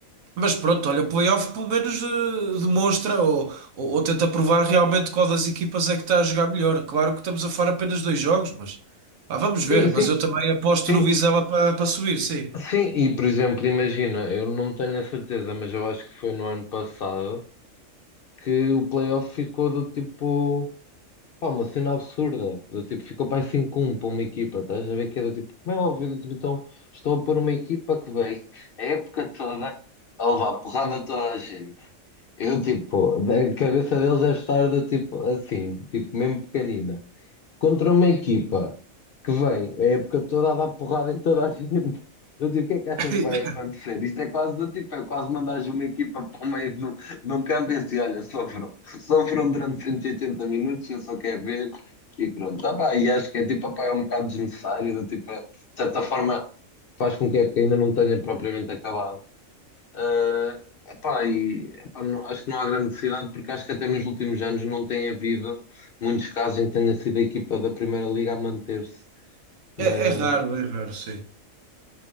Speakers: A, on the right; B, on the left.
A: mas pronto, olha, o playoff pelo menos eh, demonstra ou, ou, ou tenta provar realmente qual das equipas é que está a jogar melhor. Claro que estamos a falar apenas dois jogos, mas ah, vamos ver.
B: sim, sim,
A: Mas eu também aposto
B: sim.
A: no Vizela para para subir, sim.
B: Sim, E por exemplo, imagina, eu não tenho a certeza, mas eu acho que foi no ano passado que o playoff ficou do tipo, pá, uma cena absurda. Do tipo, ficou para 5 um para uma equipa, estás a ver que era tipo, como é óbvio, tipo, então estou a pôr uma equipa que vem a época toda a levar porrada a toda a gente. Eu, tipo, a cabeça deles deve estar do tipo assim, tipo, mesmo pequenina, contra uma equipa que vem é a época toda a dar porrada em toda a gente. Eu tipo, o que é que acham
A: <laughs>
B: que vai acontecer? Isto é quase do tipo, é quase mandares uma equipa para o meio do, do campo e assim, olha, sofram, sofram durante 180 minutos, eu só quero ver e pronto. Tá, pá, e acho que é tipo, opá, é um bocado desnecessário, do tipo, de certa forma faz com que a época ainda não tenha propriamente acabado. Ah, epá, e, epá, não- acho que não há grande necessidade, porque acho que até nos últimos anos não tem havido muitos casos em que tenha sido a equipa da Primeira Liga a manter-se na...
A: É, é raro, é raro, sim.